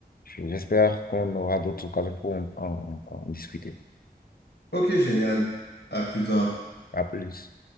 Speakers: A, on the left; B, on the left.
A: J'espère qu'on aura d'autres occasions pour en en- en- discuter.
B: Ok, génial. À plus tard.
A: À plus.